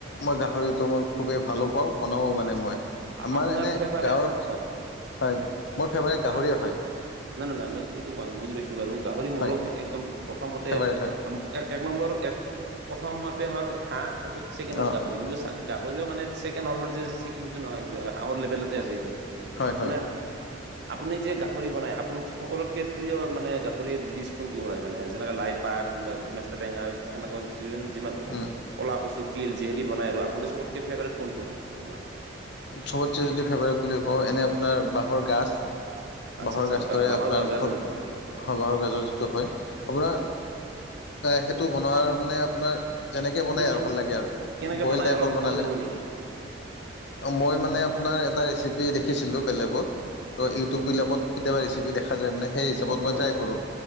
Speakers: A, on the left; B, on the right.
A: মই গাহৰিটো মই খুবেই ভালো পাওঁ, বনাও মানে
B: আচ্ছা
A: মই,
B: আ-
A: আমাৰ
B: আপোনাৰ
A: এনে
B: ফেভাৰেট
A: গাঁৱৰ
B: হয়
A: হয়, মোৰ ফেভাৰেট
B: অ
A: গাহৰিয়ে
B: অ
A: হয়।
B: নাই নাই-নাই মই সেইটো কোৱা নাই, বুজি পাইছো বাৰু গাহৰি মোৰো
A: হয়
B: একদম প্ৰথমতে
A: ফেভাৰেট হয়
B: এক-এক নম্বৰ এক প্ৰথমতে হ'ল হাঁহ, তাৰপিছত ছেকেণ্ডত
A: অঁ
B: গাহ কিন্তু চাওঁক গাহৰিও মানে চেকেণ্ড হ'ল বুলি যে <unintelligible> নহয়। হাঁহৰ লেভেলতে আছে সিও,
A: হয়
B: মানে
A: <inaudible>
B: আপুনি যে গাহৰি বনায়, আপোনাৰ সকলোতকে প্ৰিয় মানে গাহৰিৰ ডিচ কোনটো হয় মানে, যেনেকে লাই পাত, মেষ্টা টেঙা, সেনেকুৱা যোন যিমান ক
A: উম,
B: ক'লা কচু তিল যিহেদি বনাই আৰু আপুনি চবতকে ফেভাৰেট কোনটো হয় আপোনাৰ।
A: চবতচে যদি ফেভাৰেট বুলি কওঁ, এনে আপোনাৰ বাঁহৰ গাজ
B: আচ্ছা
A: বাঁহৰ
B: আচ্ছা
A: গাজটোৰে
B: বা- বাঁহৰ
A: আপোনাৰ
B: গজাৰ
A: বহুত
B: যোনটো আচ্ছা
A: হ বাঁহৰ গাজৰ যিটো হয়, আপোনাৰ
B: হয়, হয়।
A: সেইটো বনোৱাৰ মানে আপোনাৰ যেনেকে বনায়
B: কি চি
A: আৰু ভাল লাগে আৰু
B: কেনেকে
A: বইল
B: বনাই
A: টাইপৰ
B: অলপ
A: বনালে।
B: কৈ দিব নেকি?
A: মই মানে আপোনাৰ এটা ৰেচিপি দেখিছিলোঁ, বেলেগত। ত'
B: আচ্ছা,
A: ইউটিউববিলাকত
B: আচ্ছা।
A: কেতিয়াবা ৰেচিপি দেখা যায় মানে, সেই হিচাপত মই
B: হয়,
A: ট্ৰাই
B: হয়।
A: কৰোঁ।